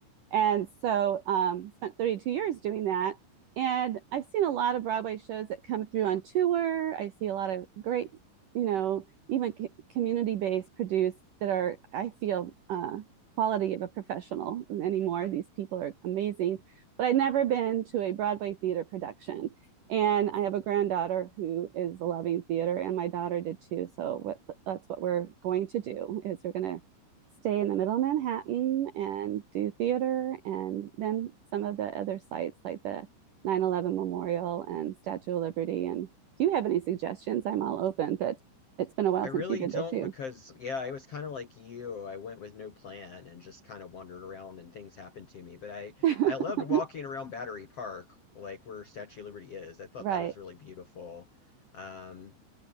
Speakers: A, on the right; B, on the left.
A: And so um, spent 32 years doing that. And I've seen a lot of Broadway shows that come through on tour. I see a lot of great, you know, even c- community based produced that are, I feel, uh, quality of a professional anymore. These people are amazing. But I've never been to a Broadway theater production. And I have a granddaughter who is loving theater, and my daughter did too. So what, that's what we're going to do is we're going to stay in the middle of Manhattan and do theater. And then some of the other sites like the 9 11 Memorial and Statue of Liberty. And if you have any suggestions, I'm all open, but it's been a while
B: I
A: since
B: really
A: you've been
B: don't
A: there too.
B: because, yeah, I was kind of like you. I went with no plan and just kind of wandered around and things happened to me. But I,
A: Uh-huh.
B: I loved walking
A: <laughs>
B: around Battery Park, like where Statue of Liberty is. I thought
A: Right.
B: that was really beautiful. Um,